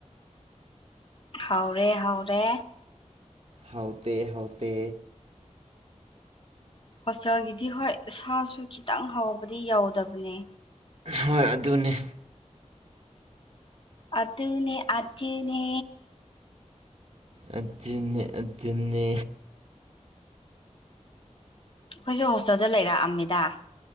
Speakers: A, on the left; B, on the right.
A: ꯍꯥꯎꯔꯦ ꯍꯥꯎꯔꯦ
B: ꯍꯥꯎꯇꯦ ꯍꯥꯎꯇꯦ
A: ꯍꯣꯁꯇꯦꯜꯒꯤꯗꯤ ꯍꯣꯏ ꯏꯁꯥꯁꯨ ꯈꯤꯇꯪ ꯍꯥꯎꯕꯗꯤ ꯌꯥꯎꯗꯕꯅꯦ
B: ꯍꯣꯏ ꯑꯗꯨꯅꯤ
A: ꯑꯗꯨ ꯑꯗꯨꯅꯦ ꯑꯖꯅꯦ
B: ꯑꯗꯨꯅꯦ ꯑꯗꯨꯅꯦ
A: ꯑꯩꯈꯣꯏꯁꯨ ꯍꯣꯁꯇꯦꯜꯗ ꯂꯩꯔꯛꯑꯝꯃꯤꯗ